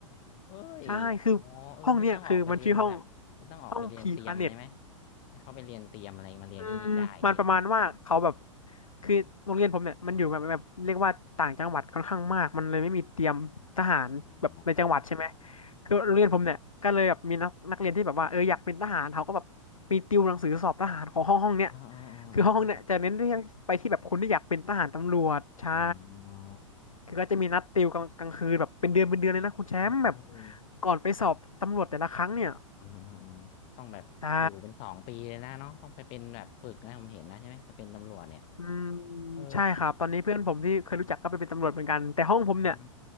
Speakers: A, on the left; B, on the left.
A: เฮ้ยอ๋อเออไม่ต้องออกไปเรียนแบบไม่ต้องออกไปเรียนเตรียมใช่ไหม
B: ใช่ คือห้องเนี้ยคือมันชื่อห้องห้องพีคาเน็ต
A: ให้เขาไปเรียนเตรียมอะไรมาเรียนที่นี่ได้อย่างงี้
B: อืมมันประมาณว่าเขาแบบคือโรงเรียนผมเนี่ยมันอยู่แบบแบบเรียกว่าต่างจังหวัดค่อนข้างมากมันเลยไม่มีเตรียมทหารแบบในจังหวัดใช่ไหม
A: อ๋ออ๋อ
B: คือโรงเรียนผมเนี่ยก็เลยแบบมีนักนักเรียนที่แบบว่าเอออยากเป็นทหารเขาก็แบบมีติวหนังสือสอบทหารของห้องห้องเนี่ย
A: อ๋อ อ่าอ่า
B: คือห้องห้องเนี่ยจะเน้นที่ไปที่แบบคนที่อยากเป็นทหารตำรวจใช่
A: อ่าอ่าอาอ๋อ
B: คือก็จะมีนัดติวกลางกลางคืนแบบเป็นเดือนเป็นเดือนเลยนะคุณแชมป์แบบ
A: เอ่าอ่เออ
B: ก่อนไปสอบตำรวจแต่ละครั้งเนี่ย
A: เอืมอืออต้องแบบอยู่เป็นสองปีเลยนะเนาะต้องไปเป็นแบบฝึกนะผมเห็นนะใช่ไหมจะเป็นตำรวจเนี่ย
B: ใช่ อืม
A: เออ
B: ใช่ครับตอนนี้เพื่อนผมที่เคยรู้จักก็ไปเป็นตำรวจเหมือนกันแต่ห้องผมเนี่ย
A: อ่า